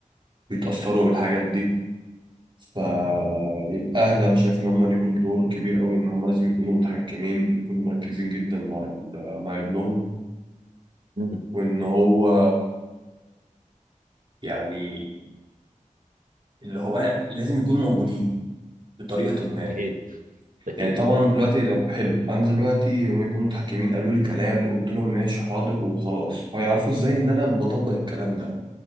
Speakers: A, on the right; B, on the right.
A: بيتأثروا بالحاجات دي فالأهل أنا شايف إن هم ليهم دور كبير أوي إن هم لازم يكونوا متحكمين يكونوا مركزين جدا مع ال- مع ابنهم
B: امم
A: وإن هو يعني اللي هو لازم يكونوا موجودين بطريقة ما
B: اكيد اكيد
A: يعني طبعا دلوقتي طب حلو أنا دلوقتي هم يكونوا متحكمين قالوا لي كلام قلت لهم ماشي حاضر وخلاص هيعرفوا إزاي إن أنا بطبق الكلام ده